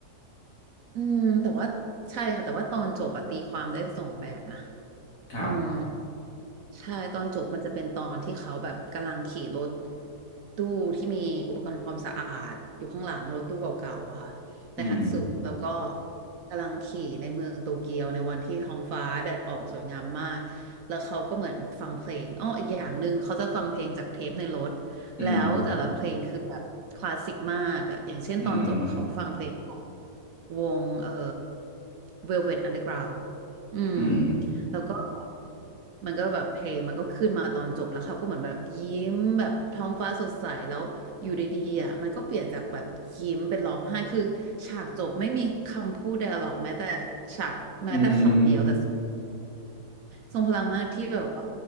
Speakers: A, on the right; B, on the left.
A: อืมแต่ว่าใช่ค่ะแต่ว่าตอนจบอะตีความได้สองแบบนะ
B: ครับ
A: อืม ใช่ตอนจบมันจะเป็นตอนที่เขาแบบกำลังขี่รถตู้ที่มีอุปกรณ์ทำความสะอาดอยู่ข้างหลังรถตู้เก่าๆอะค่ะไดฮัตสึแล้วก็
B: อืม
A: กำลังขี่ในเมืองโตเกียวในวันที่ท้องฟ้าแดดออกสวยงามมากแล้วเขาก็เหมือนฟังเพลงอ้ออีกอย่างหนึ่งเขาจะฟังเพลงจากเทปในรถ
B: อืม
A: แล้วแต่ละเพลงคือแบบคลาสสิกมากอะอย่างเช่นตอนจบอะเขาฟังเพลง
B: อืม
A: วงเอ่อ Velvet Underground อืม
B: อืม
A: แล้วก็มันก็แบบเพลงมันก็ขึ้นมาตอนจบแล้วเขาก็เหมือนแบบยิ้มแบบท้องฟ้าสดใสแล้วอยู่ดีๆอ่ะมันก็เปลี่ยนจากแบบยิ้มเป็นร้องไห้คือฉากจบไม่มีคำพูด d i a l o g แม้แต่ฉากแม้แต่คำเดียวแต่
B: อืมอืม
A: ทรงพลังมากที่แบบว่า